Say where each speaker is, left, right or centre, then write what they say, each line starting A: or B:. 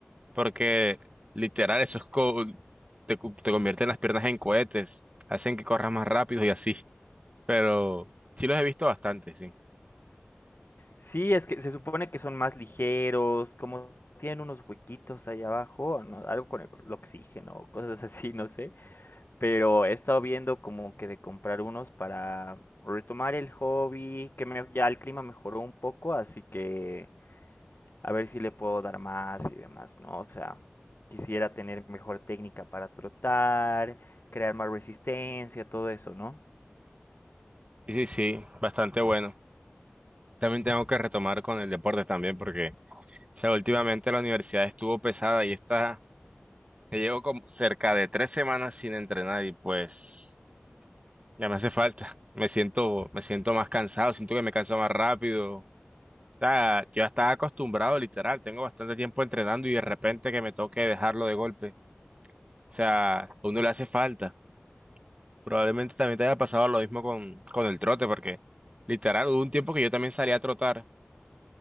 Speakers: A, on the right; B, on the left.
A: Porque literal, eso es co- te, cu- te convierten las piernas en cohetes, hacen que corras más rápido y así. Pero sí los he visto bastante, sí.
B: Sí, es que se supone que son más ligeros, como tienen unos huequitos ahí abajo, ¿no? Algo con el, el oxígeno o cosas <laughs> así, no sé. Pero he estado viendo como que de comprar unos para retomar el hobby, que me- ya el clima mejoró un poco, así que a ver si le puedo dar más y demás, ¿no? O sea, quisiera tener mejor técnica para trotar, crear más resistencia, todo eso, ¿no?
A: Y Sí, sí, bastante bueno. También tengo que retomar con el deporte también, porque, o sea, últimamente la universidad estuvo pesada y está, ya llevo como cerca de tres semanas sin entrenar y pues ya me hace falta. Me siento, me siento más cansado, siento que me canso más rápido, sea, yo ya estaba acostumbrado, literal, tengo bastante tiempo entrenando y de repente que me toque dejarlo de golpe. O sea, a uno le hace falta. Probablemente también te haya pasado lo mismo con, con el trote, porque literal, hubo un tiempo que yo también salía a trotar.